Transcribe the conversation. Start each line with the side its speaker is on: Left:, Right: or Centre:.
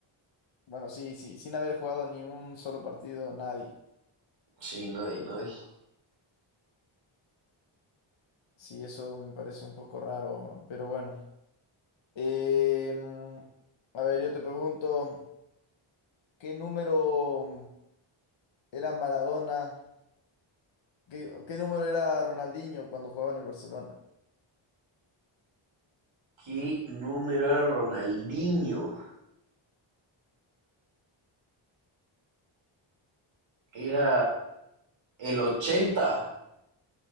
Left: Bueno, sí, sí, sin haber jugado ni un solo partido, nadie.
Right: sí, nadie, nadie.
Left: Sí, eso me parece un poco raro, pero bueno. Em, a ver, yo te pregunto, ¿qué número era Maradona? ¿Qué, qué número era Ronaldinho cuando jugaba en el Barcelona?
Right: ¿Qué número era Ronaldinho? Era el 80